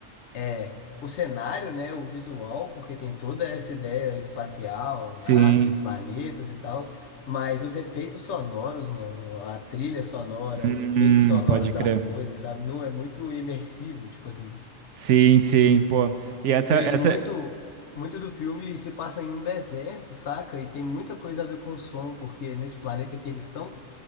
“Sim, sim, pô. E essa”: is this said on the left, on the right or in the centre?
Right